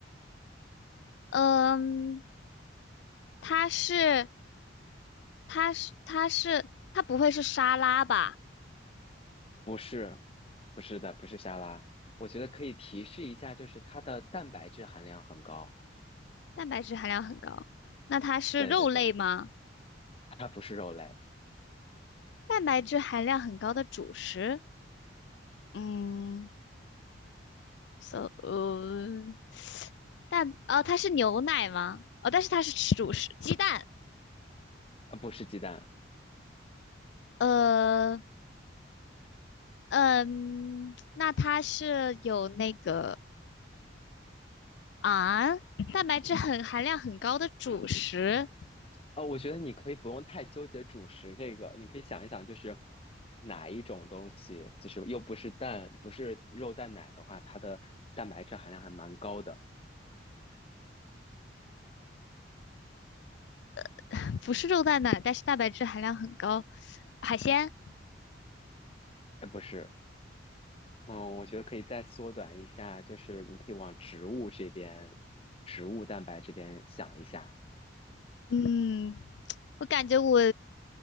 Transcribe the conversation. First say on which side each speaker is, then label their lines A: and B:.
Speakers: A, on the left (about 65°); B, on the left (about 30°).
A: 嗯，它是它是它是它不会是沙拉吧？
B: 不是，不是的，不是沙拉，我觉得可以提示一下，就是它的蛋白质含量很高。
A: 蛋白质含量很高，那它是肉类吗？
B: 对对对，它不是肉类，
A: 蛋白质含量很高的主食？嗯，so 呃但哦，它是牛奶吗？哦，但是它是主食鸡蛋。
B: 呃，不是鸡蛋。
A: 呃，嗯，那它是有那个啊，蛋白质很含量很高的主食，
B: 哦，我觉得你可以不用太纠结主食这个，你可以想一想，就是哪一种东西，就是又不是蛋，不是肉蛋奶的话，它的蛋白质含量还蛮高的。
A: <laughs> 不是肉蛋奶，但是蛋白质含量很高。海鲜，
B: 哎，不是，嗯，我觉得可以再缩短一下，就是你可以往植物这边，植物蛋白这边想一下。
A: 嗯，我感觉我